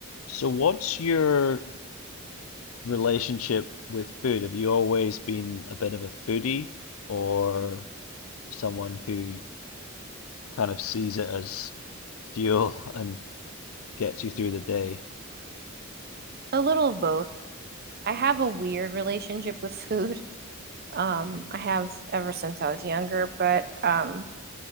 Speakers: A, on the left; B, on the right.
A: So what's your relationship with food? Have you always been a bit of a foodie or someone who kind of sees it as fuel <laughs> and gets you through the day?
B: A little of both. I have a weird relationship with <laughs> food. Um, I have ever since I was younger, but um,